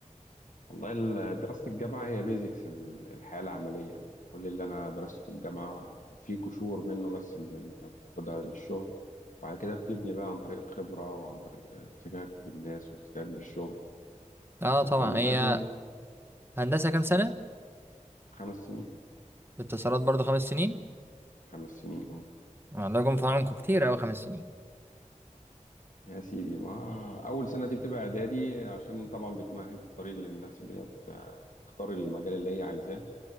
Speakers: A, on the left; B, on the right.
A: والله ال- دراسة الجامعة هي بيزكس الحياة العملية يعني كل اللي انا درسته في الجامعة في قشور منه بس اللي انت بتاخدها للشغل وبعد كده بتبني بقى عن طريق الخبرة وعن طريق احتكاك بالناس واحتكاك بالشغل
B: اه طبعا
A: فاللي
B: هي
A: فادني
B: هندسة كام سنة
A: خمس سنين
B: اتصالات برضو خمس سنين
A: خمس سنين اه
B: الله يكون في عونكم كتير اوي خمس سنين
A: يا سيدي ما أول سنة دي بتبقى إعدادي عشان طبعا بتمهد الطريق للناس اللي هي بت- تختار المجال اللي هي عايزاه